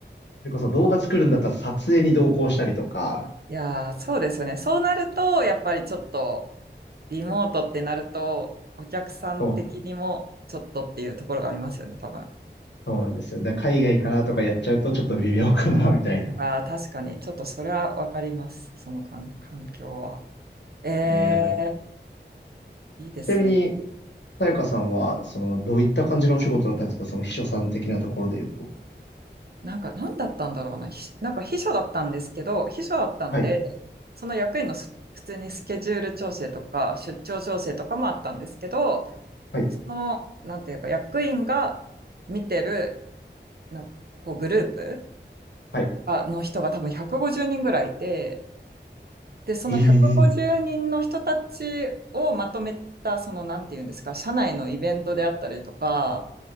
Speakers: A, on the left; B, on the right.
A: それこそ動画作るんだったら撮影に同行したりとか、
B: いやー、そうですよね。そうなると、やっぱりちょっと、リモートってなると、お客さん的にも、
A: そうなん、
B: ちょっとっていうところがありますよね、多分。
A: そうなんですよ。だから海外かなとかやっちゃうとちょっと微妙かな、みたいな。
B: ああ、確かに。ちょっとそれはわかります。その環環境は。ええ、
A: ね、だから、ち
B: いいですね。
A: なみに、さやかさんは、その、どういった感じのお仕事だったんですかその秘書さん的なところで言うと。
B: なんか何だったんだろうな。ひなんか秘書だったんですけど、秘書だったんで、
A: はい、
B: その役員のす普通にスケジュール調整とか出張調整とかもあったんですけど、
A: はい、
B: その、なんていうか役員が見てる、なこうグループ
A: はい。
B: あの人が多分150人ぐらいいて、で、その150人の人たちをまとめた、
A: ええ、
B: その、なんていうんですか、社内のイベントであったりとか、